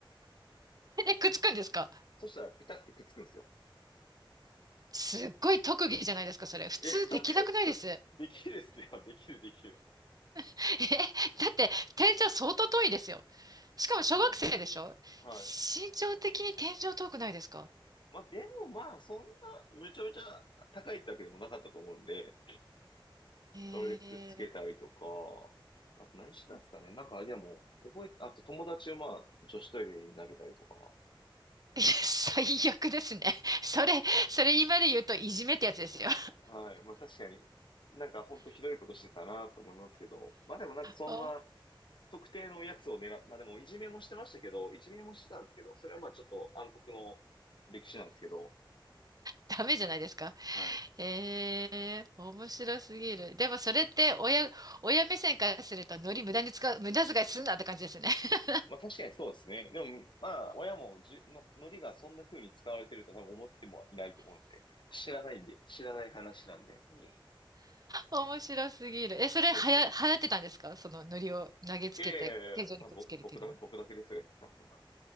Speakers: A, on the right; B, on the left.
A: え、くっつくんですか
B: そしたらピタってくっつくんですよ。
A: すっごい特技じゃないですか、それ。普通できなくないです。
B: え、たく、<laughs> できるっすよ。できる、できる。
A: <laughs> え、だって天井相当遠いですよ。しかも小学生でしょ
B: まあ、はい。
A: 身長的に天井遠くないですか
B: まあ、でもまあ、そんな、めちゃめちゃ高いってわけでもなかったと思うんで、
A: えー、
B: それでくっつけたりとか、あと何してたんですかね。なんか、でも、覚えて、あと友達をまあ、女子トイレに投げたりとか。
A: <laughs> いや最悪ですね。それ、
B: <laughs>
A: それ今で言うといじめってやつですよ。
B: はい。まあ確かに、なんか本当ひどいことしてたなと思いますけど、まあでもなんかそんな
A: お
B: 特定のやつを狙っ、まあでもいじめもしてましたけど、いじめもしてたんですけど、それはまあちょっと暗黒の歴史なんですけど、
A: ダメじゃないですか。
B: はい。
A: えー、面白すぎる。でもそれって親、親目線からするとノリ無駄に使う、無駄遣いすんなって感じですね。<laughs>
B: まあ確かにそうですね。でも、まあ、親もじゅの、のりがそんな風に使われてると多分思ってもいないと思うんで、知らないんで、知らない話なんで。うん
A: 面白すぎる。え、それはや、
B: そうっす。
A: 流行ってたんですかそのノリを投げつけて天井にくっつけるっていうのは。
B: いやいやいやいや、そのぼ、僕だ、僕だけですよ、やったのそんな。